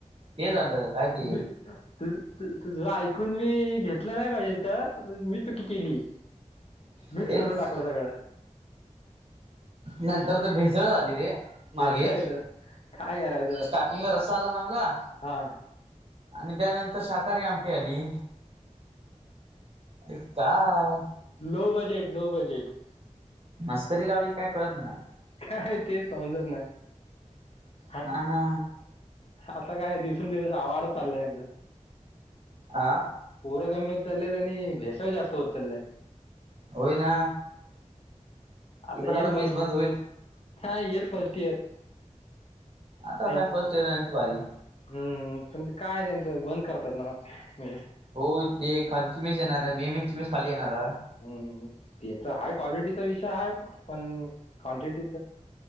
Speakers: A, on the right; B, on the left.
A: हे झालं. काय ते
B: मी. तु तुझ ऐकून मी घेतलं नाही पाहिजे तर मी चुकी केली. मिक्स
A: हेच
B: करून टाकलं सगळं.
A: नंतर तर भेसळ झाली रे मागे
B: भेसळ येतं काय करायचं
A: स्टार्टिंगला रस्सा आला चांगला
B: हा
A: आणि त्यानंतर सााकाहारी आमटी आली. अरे काय
B: लो बजेट लो बजेट.
A: मस्करी लावली काय कळत नाही.
B: काय ते समजत नाही. हा
A: ना ना.
B: आता काय दिवसेंदिवस आवाड चालय त्यांचचा
A: आा.
B: पोरं कमी होत चालत आणि भेसाळ जास्त होत चालत.
A: होई ना.
B: आता
A: ती पण
B: येर
A: मेस
B: फस्ट
A: बंद होईल.
B: हा येर फस्ट इयर
A: आता
B: थँक
A: काय फर्स्ट एची वारी
B: हम्म पण ते काय त्यांचं बंद करतात ना मी
A: हो ते खालची मीस येणार आहे बे मिची मीस खाली येणार आहे.
B: ह त्याचा हा क्वालिटीचा विषय ह पण क्वांटिटीच.